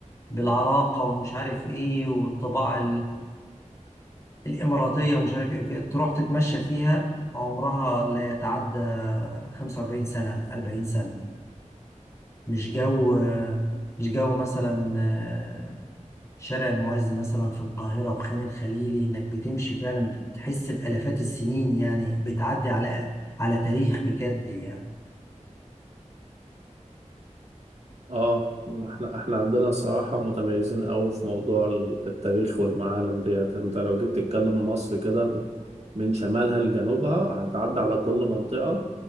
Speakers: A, on the left; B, on the right.
A: بالعراقه ومش عارف ايه والطباع الإماراتية ومش عارف إيه وكده تروح تتمشى فيها عمرها لا يتعدى 45 سنة 40 سنة مش جو مش جو مثلا آه، شارع المعز مثلا في القاهرة وخان الخليلي إنك بتمشي فعلا بتحس بآلافات السنين يعني بتعدي على على تاريخ بجد يعني
B: اه ما احنا احنا عندنا صراحة متميزين قوي في موضوع ال- التاريخ والمعالم ديت انت لو جيت تتكلم مصر كده من شمالها لجنوبها هتعدي على كل منطقة